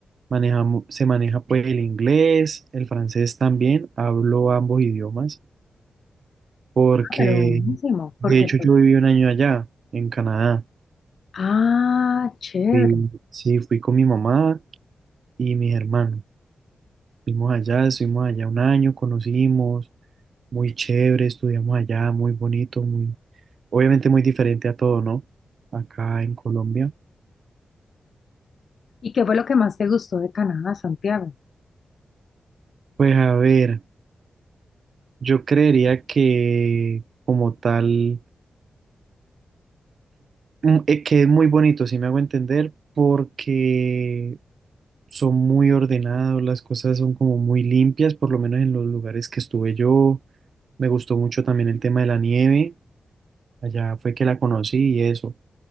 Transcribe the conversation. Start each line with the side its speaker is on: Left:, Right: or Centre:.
Right: manejamos, se maneja pues el inglés, el francés también, hablo ambos idiomas. porque
Left: Ah, pero buenísimo, porque
Right: de hecho
Left: pues,
Right: yo viví un año allá, en Canadá.
Left: ah, chévere.
Right: Fui- sí, fui con mi mamá y mis hermanos. Fuimos allá, estuvimos allá un año, conocimos, muy chévere, estudiamos allá, muy bonito, muy, obviamente muy diferente a todo, ¿no? Acá en Colombia.
Left: ¿Y qué fue lo que más te gustó de Canadá, Santiago?
Right: Pues a ver, yo creería que como tal... mm, eh, que es muy bonito, si me hago entender, porque son muy ordenados, las cosas son como muy limpias, por lo menos en los lugares que estuve yo. Me gustó mucho también el tema de la nieve, allá fue que la conocí y eso.